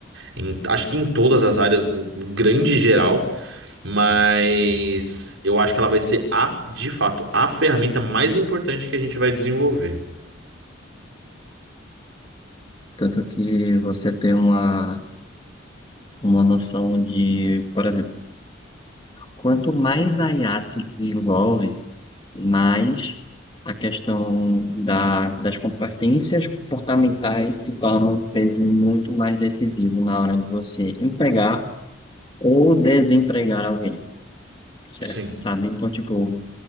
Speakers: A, on the right; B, on the left.
A: em- acho que em todas as áreas, no no grande geral. Mas eu acho que ela vai ser a, de fato, a ferramenta mais importante que a gente vai desenvolver.
B: Tanto que você tem uma, uma noção de, por exemplo, quanto mais a IA se desenvolve, mais a questão da, das competências comportamentais se torna um peso muito mais decisivo na hora de você empregar ou desempregar alguém, certo?
A: Sim,
B: Sabe? Então, tipo,